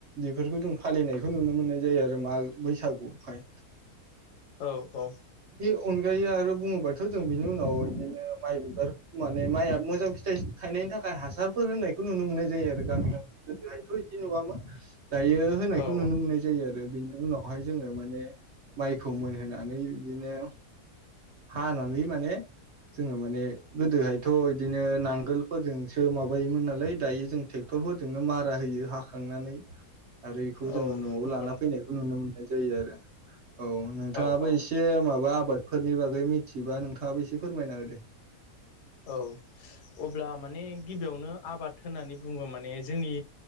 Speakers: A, on the right; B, on the left.
A: बेफोरखौ जों फालिनायखौ नुनो मोननाय जायो आरो मा बैसागुहाय
B: औ औ
A: अनगायै आरो बुङोबाथ' जों बिनि उनाव बिदिनो माइ बिबार माने माइआ मोजां फिथाइ थायनाय बेनि थाखाय हासारफोर होनायखौ नुनो मोननाय जायो आरो गामि गोदोहायथ' बिदि नुवामोन। दायो होनायखौ
B: औ
A: नुनो मोननाय जायो आरो बेनि उनाव बेहाय जोङो माने माइखौ मोनहोनानै बिदिनो हानानै माने जोङो माने गोदोहायथ' बिदिनो नांगोलफोरजोंसो माबायोमोन नालाय दायो जों ट्रेक्ट रफोरजोंनो मारा होयो हाखांनानै आरो बेखौ जोङो
B: औ
A: न'आव
B: नंगौ
A: लाना
B: नोंथां
A: फैनायखौ नुनो मो नाय जायो आरो औ नोंथाङाबो
B: औ औ
A: एसे मा बा आबादफोरनि बागै मिथियोबा नोंथाङाबो एसे फोरमायना होदो।
B: औ अब्ला माने गिबियावनो आबाद होननानै बुङो माने जोंनि